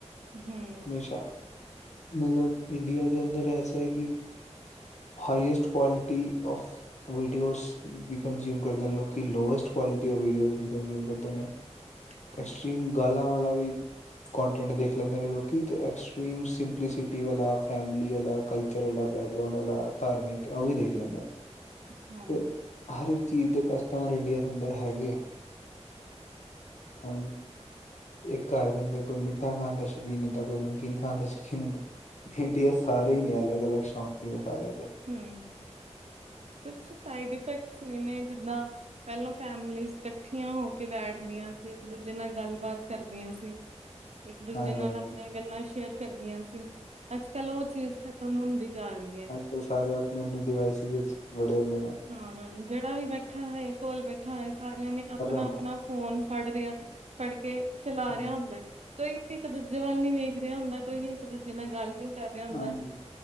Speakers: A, on the right (about 65°); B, on the left (about 75°).
A: ਹੂੰ
B: ਹਮੇਸ਼ਾ ਮਤਲਬ ਇੰਡੀਆ ਦੇ ਅੰਦਰ ਐਸਾ ਹੈ। ਕਿ ਹਾਈਐਸਟ, ਕੁਆਾਲਿਟੀ, ਔਫ ਵੀਡੀਓਜ਼ ਵੀ ਕੰਜਊਮ ਕਰਦੇ ਲੋਐਸਟ ਕੁਆਲਿਟੀ ਕਰਦੇ ਵੀਡੀਓ ਵੀ ਕੰਜਊਮ ਕਰਦੇ ਨੇ
A: <unintelligible>
B: ਐਕਸਟ੍ਰਰੀਮ, ਗਾਲਾਂ ਵਾਲਾ ਵੀ, ਕੋਂਟੈਂਟ ਦੇਖ ਲੈਂਦੇ ਨੇ ਲੋਕ। ਕੀ ਤੇ ਐਕਸਟ੍ਰੀਮ, ਸਿੰਪਲੀਸਿਟੀ ਵਾਲਾ, ਫੈਮਲੀ ਵਾਲਾ, ਕਲਚਰ ਵਾਲਾ, ਬੈਕਗਰਾਾਊਂਡ ਵਾਲਾ, ਧਾਰਮਿਕ, ਉਹ ਵੀ ਦੇਖ ਲੈਂਦਾ।
A: ਹਾਂ
B: ਤੇ ਹਰ ਇੱਕ ਚੀਜ਼ ਦੇ ਕਸਟਮਰ ਇੰਡੀਆ ਦੇ ਅੰਦਰ ਹੈਗੇ ਆ। ਹੁਣ, ਇੱਕ ਘਰ ਦੇ ਅੰਦਰ ਕੋਈ, ਮਿੱਠਾ ਖਾਣ ਦਾ ਸ਼ੌਕੀਨ ਹੁੰਦਾ, ਕੋਈ ਨਮਕੀਨ ਖਾਣ ਦਾ ਸ਼ੌਕੀਨ ਹੁੰਦਾ। ਇੰਡੀਆ ਸਾਰੇ ਹੀ ਨੇ ਅਲੱਗ ਅਲੱਗ ਸ਼ੌਕ ਹੀ ਨੇ ਸਾਰਿਆਂ ਦੇ
A: ਹੂੰ ਕੁਛ ਸਾਈਡ ਇਫੈਕਟਸ ਵੀ ਨੇ ਜਿੱਦਾਂ ਪਹਿਲਾਂ ਫੈਮਲੀਜ਼ ਇਕੱਠੀਆਂ ਹੋ ਕੇ ਬੈਠਦੀਆਂ ਸੀ ਇੱਕ ਦੂਜੇ ਨਾਲ ਗੱਲਬਾਤ ਕਰਦੀਆਂ ਸੀ ਇੱਕ ਦੂਜੇ
B: ਹਾਂਜੀ
A: ਨਾਲ
B: ਹਾਂਜੀ
A: ਆਪਣੀਆਂ ਗੱਲਾਂ ਸ਼ੇਅਰ ਕਰਦੀਆਂ ਸੀ ਅੱਜ ਕਲ ਉਹ ਚੀਜ਼ ਖ਼ਤਮ ਹੁੰਦੀ ਜਾ ਰਹੀ ਹੈ
B: ਉਹ ਸਾਰੇ ਆਪਣੇ ਆਪਣੇ ਡਿਵਾਈਸਿਸ ਵਿੱਚ ਵੜੇ ਹੁੰਦੇ ਨੇ
A: ਹਾਂ ਜਿਹੜਾ ਵੀ ਬੈਠਾ ਹੈ ਕੋਲ ਬੈਠਾ ਹੈ ਸਾਰੀਆਂ ਨੇ ਆਪਣਾ
B: ਹੁੰਦਾ
A: ਆਪਣਾ ਫੋਨ ਫੜ ਰਿਹਾ ਫੜ ਕੇ ਚਲਾ
B: ਹਾਂ।
A: ਰਿਹਾ ਹੁੰਦਾ ਕੋਈ ਇੱਕ ਦੂਜੇ ਵੱਲ ਨੀ ਵੇਖ ਰਿਹਾ ਹੁੰਦਾ
B: ਹੂੰ,
A: ਕੋਈ ਵੀ ਇੱਕ ਦੂਜੇ ਨਾਲ
B: ਹੂੰ।
A: ਗੱਲ ਨੀ ਕਰ ਰਿਹਾ ਹੁੰਦਾ
B: ਹਾਂਜੀ,